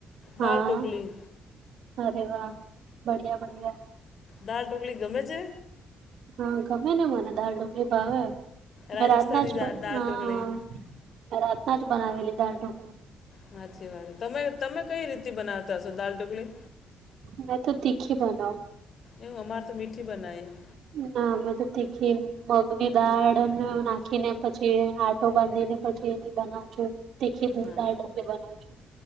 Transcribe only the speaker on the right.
હા
અરે વાહ બડિયા બડિયા
હા ગમે ને મને દાર ડોકલી ભાવે મે
રાતના જ
હા
મેં રાતના જ બનાવી લીધા ઢોકળા
મેં તો તીખી બનાઉ
ના મેં તો તીખી મગની દાળને નાખીને પછી આટો બાંધી ને પછી એની બનાવ છું. તે ખીધું
દળ ઢોકલી બનાવું છું. <unintelligible>